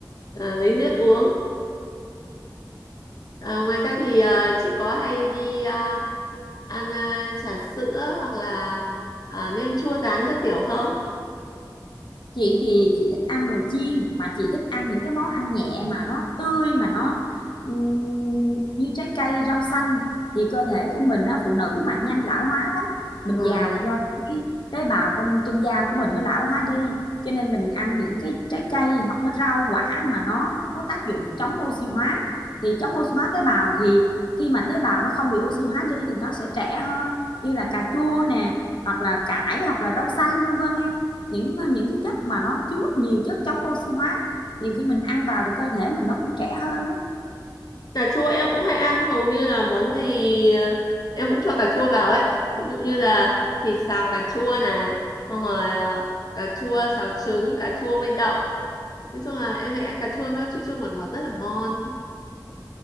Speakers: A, on the left; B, on the left.
A: ờ, lấy nước uống. Ờ, ngoài ra thì ờ, chị có hay đi ờ, ăn ờ, trà sữa hoặc là ờ, nem chua rán các kiểu không?
B: chị thì chị thích ăn đồ chiên mà chị thích ăn những cái món ăn nhẹ mà nó tươi mà nó ừm, như trái cây rau xanh thì cơ thể của mình á, phụ nữ mà nhanh lão hóa lắm mình
A: Vâng.
B: già là do cái tế bào trong trên da của mình nó lão hóa đi cho nên là mình ăn những cái trái cây hoặc nó rau quả mà nó có tác dụng chống oxy hóa thì chống oxy hóa tế bào thì khi mà tế bào nó không bị oxy hóa đi thì nó sẽ trẻ hơn như là cà chua nè hoặc là cải hoặc là rau xanh vân vân em những ờ, những cái chất mà nó chứa nhiều chất chống oxy hóa thì khi mình ăn vào thì cơ thể mình nó cũng trẻ hơn đó
A: Cà chua em cũng hay ăn hầu như là món gì ờ, em cũng cho cà chua vào ấy. Ví dụ như là thịt xào cà chua này, xong rồi ờ, cà chua xào trứng, cà chua với đậu. nói chung là em thấy ăn cà chua nó chua chua ngọt ngọt rất là ngon